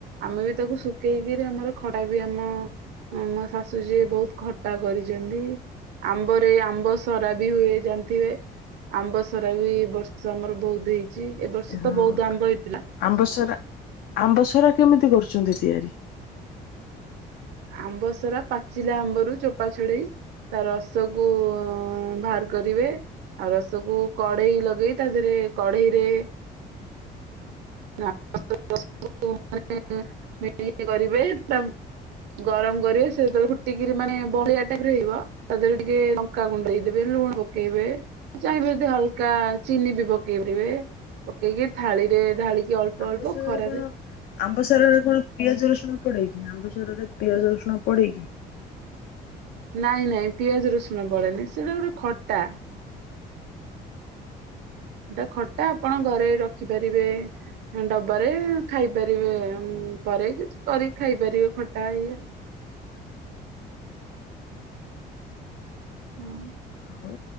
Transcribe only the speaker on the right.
ଆମେ ବି ତାକୁ ଶୁଖେଇକିରି ଆମର ଖଟା ବି ଆମ ଆମ ଶାଶୁ ଯିଏ ବହୁତ ଖଟା କରିଛନ୍ତି। ଆମ୍ବରେ ଆମ୍ବ ସରା ବି ହୁଏ ଜା ଥିବେ ଆମ୍ବ ସରା ବି ଏ ବର୍ଷ ଆମର ବହୁତ ହେଇ ଛି ଏବର୍ଷ
ତ ବହୁତ ଆମ୍ବ ହେଇଥିଲା।
ଆମ୍ବ ସରା ପାଚିଲା ଆମ୍ବରୁ ଚୋପା ଛଡେଇ ତା ରସ କୁ ବାହାର କରିବେ ଆଉ ରସକୁ କଢେଇ ଲଗେଇ ତା ଦେହରେ କଢେଇରେ <unintelligible> କରିବେ ତା ଗରମ କରିବେ ସେ ଯେତେବେଳେ ଫୁଟିକିରି ମାନେ ବହଳିଆ ଟାଇପରେ ହେଇବ ତା ଦେହରେ ଟିକେ ଲଙ୍କା ଗୁଣ୍ଡ ଦେଇଦେବେ। ଲୁଣ ପକେଇବେ ଚାହିଁବେ ଯଦି ହାଲକା ଚିନି ବି ପକେଇ ପାରିବେ। ପକେଇକି ଥାଳିରେ ଢାଳିକି ଅଳ୍ପ
ଅଳ୍ପ
ଖରାରେ
ନାଇଁ ନାଇଁ ପିଆଜ ରସୁଣ ପଡେନି ସେଟା ଗୋଟେ ଖଟା ଏଟା ଖଟା ଆପଣ ଘରେ ରଖିପାରିବେ। ଡବାରେ ଖାଇପାରିବେ ପରେ କିଛି କରିିକି ଖାଇପାରିବେ ଖଟା ଇଏ। <inaudible> ନାଇଁ।